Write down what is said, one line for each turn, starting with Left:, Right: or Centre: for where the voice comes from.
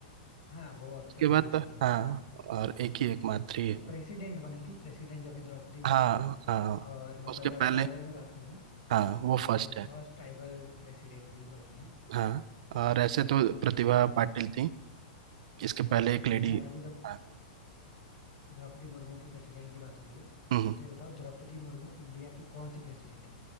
Left: हाँ वो अब
Right: उसके
Left: तक वही
Right: बाद
Left: रही
Right: तो
Left: है इंदिरा
Right: हाँ
Left: गांधी
Right: और एक ही एकमात्र ही है
Left: प्रेसिडेंट बनी थी प्रेसिडेंट जो अभी द्रौपदी मुर्मू
Right: हाँ
Left: है
Right: हाँ
Left: और मतलब
Right: उसके
Left: अगर
Right: पहले
Left: ट्राइबल में बात करें ना
Right: हाँ वो फर्स्ट
Left: तो
Right: है
Left: फर्स्ट ट्राइबल प्रेसिडेंट भी वही है
Right: हाँ और ऐसे तो प्रतिभा
Left: द्रौपदी
Right: पाटिल
Left: मुर्मू है
Right: थी इसके पहले एक लेडी
Left: खैर अभी जब
Right: हाँ
Left: द्रौपदी मुर्मू की प्रेसिडेंट की बात हो गई है
Right: हम्म
Left: तो ये बताओ द्रौपदी मुर्मू इंडिया की कौन सी प्रेसिडेंट है